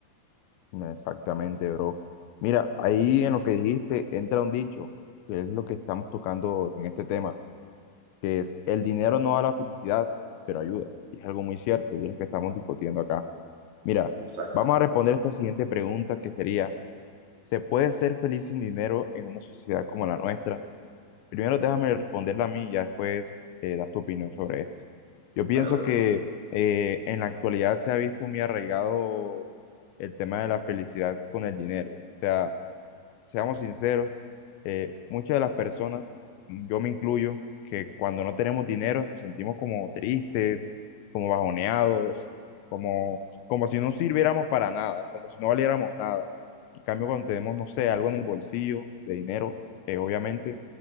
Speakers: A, on the left; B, on the right.
A: exactamente, bro. Mira, ahí en lo que dijiste entra un dicho, que es lo que estamos tocando en este tema. que es el dinero no da la felicidad, pero ayuda. Y es algo muy cierto y es lo que estamos discutiendo acá. Mira,
B: Exacto.
A: vamos a responder esta siguiente pregunta que sería, ¿se puede ser feliz sin dinero en una sociedad como la nuestra? Primero déjame responderla a mí y ya después eh, das tu opinión sobre esto. Yo pienso
B: Dale, bro.
A: que eh, en la actualidad se ha visto muy arraigado el tema de la felicidad con el dinero. O sea, seamos sinceros, eh, muchas de las personas, yo me incluyo, que cuando no tenemos dinero nos sentimos como tristes, como bajoneados, como, como si no sirviéramos para nada, como si no valiéramos nada. En cambio, cuando tenemos, no sé, algo en el bolsillo de dinero, eh, obviamente